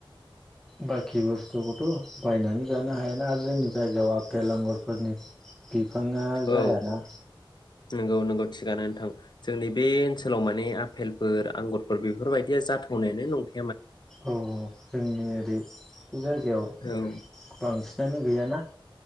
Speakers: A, in the centre; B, on the left (about 55°).
A: बाखि बुस्थुखौथ बायनानै जानो हायोना आरो जोंनि जायगायाव आफेल आंगुरफोरनि बिफाङा जायाना
B: औ नंगौ नोंगौ थिगानो नोंथां जोंनि बे ओनसोलाव माने आफेलफोर आंगुरफोर बेफोरबायदिया जाथावनायानो नंखा
A: औ जोंनि ओरै जायगायाव
B: औ
A: बांसिन आनो गैयाना?